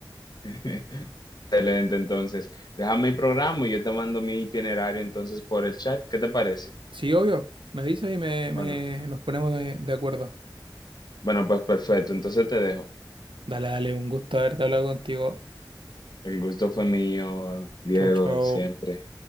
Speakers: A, on the left (about 55°); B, on the right (about 80°).
A: <laughs> Excelente, entonces, déjame el programa y yo te mando mi itinerario entonces por el chat, ¿qué te parece?
B: Sí, obvio. Me avisas y me, me-
A: Bueno,
B: nos ponemos de, de acuerdo.
A: bueno, pues perfecto, entonces te dejo.
B: Dale, dale, un gusto haberte hablado contigo.
A: El gusto fue mío, Diego,
B: Chau, chau.
A: siempre.